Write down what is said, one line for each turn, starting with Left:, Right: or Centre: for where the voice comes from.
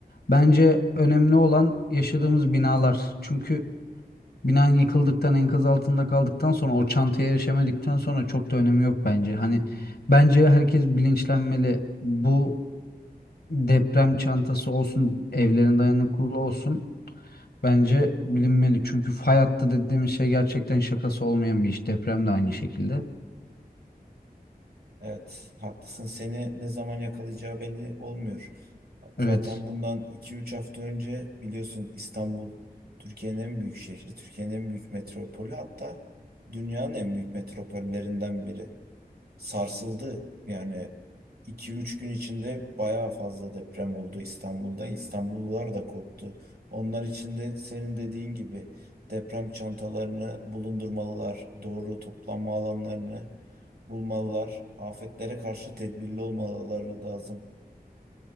Left: bence önemli olan yaşadığımız binalar. Çünkü binan yıkıldıktan, enkaz altında kaldıktan sonra o çantaya erişemedikten sonra çok da önemi yok bence. Hani bence herkes bilinçlenmeli. Bu deprem çantası olsun, evlerin dayanıklılığı olsun. Bence bilinmeli çünkü fay hattı dediğimiz şey gerçekten şakası olmayan bir iş. Deprem de aynı şekilde.
Right: evet haklısın. Seni ne zaman yakalayacağı belli olmuyor. Zaten
Left: Evet.
Right: bundan iki üç hafta önce biliyorsun İstanbul Türkiye'nin en büyük şehri, Türkiye'nin en büyük metropolü hatta dünyanın en büyük metropollerinden biri. sarsıldı. Yani iki üç gün içinde bayağı fazla deprem oldu İstanbul'da. İstanbullular da korktu. Onlar için de senin dediğin gibi deprem çantalarını bulundurmalılar, doğru toplanma alanlarını bulmalılar, afetlere karşı tedbirli olmaları lazım.